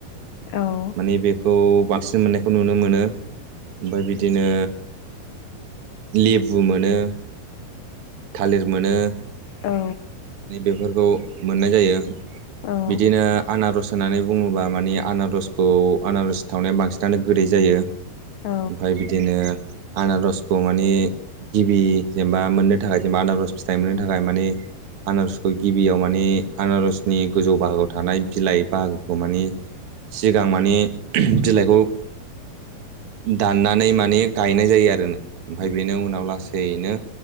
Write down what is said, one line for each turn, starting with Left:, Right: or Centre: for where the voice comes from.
Left: औ
Right: माने बेखौ बांसिन मोननायखौ नुनो मोनो ओमफ्राय बिदिनो, लेबु मोनो थालिर मोनो
Left: औ।
Right: माने बेफोरखौ मोननाय जायो
Left: औ
Right: बिदिनो आनारस होननानै बुङोब्ला माने आनारसखौ आनारस थावनाया बांसिनानो गोदै जायो
Left: औ
Right: ओमफ्राय बिदिनो आनारसखौ माने गिबि जेनेबा मोननो थाखाय जेनबा आनारस फिथाइ मोननो थाखाय मानि आनारसखौ गिबियाव माने आनारसनि गोजौ बाहागोआव थानाय बिलाइ बाहागोखौ माने सिगां माने बिलाइखौ दाननानै माने गायनाय जायो आरो ओमफाय बेनि उनाव लासैनो